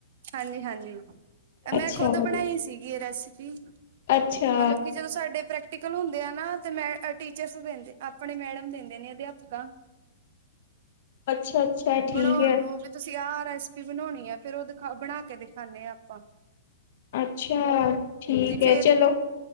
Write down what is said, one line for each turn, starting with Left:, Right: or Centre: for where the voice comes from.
Right: ਹਾਂਜੀ-ਹਾਂਜੀ। ਐ ਮੈਂ
Left: ਅੱਛਾ
Right: ਖੁਦ
Left: ਵਧੀਆ
Right: ਬਣਾਈ ਸੀਗੀ ਏ ਰੈਸਿਪੀ
Left: ਅੱਛਾ
Right: ਮਤਲਬ ਕਿ ਜਦੋਂ ਸਾਡੇ ਪ੍ਰੈਕ ਕਟੀਕਲ ਹੁੰਦੇ ਆ ਨਾ ਮ ਟੀਚਰਸ ਦਿੰਦੇ ਆਪਣੇ ਮੈਡਮ ਦਿੰਦੇ ਨੇ ਅਧਿਆਪਕਾਂ।
Left: ਅੱਛਾ-ਅੱਛਾ ਠੀਕ
Right: ਬਣਾਉਣ
Left: ਹੈ
Right: ਨੂੰ ਵੀ ਤੁਸੀਂ ਆ ਰੇਸ ਪੀ ਬਣਾਉਣੀ ਆ ਫੇਰ ਉਹ ਦਿਖਾ ਬਣਾ ਕੇ ਦਿਖਾਨੇ ਆ ਆਪਾ।
Left: ਅੱਛਾ ਠੀਕ
Right: ਫੇਰ
Left: ਐ ਚਲੋ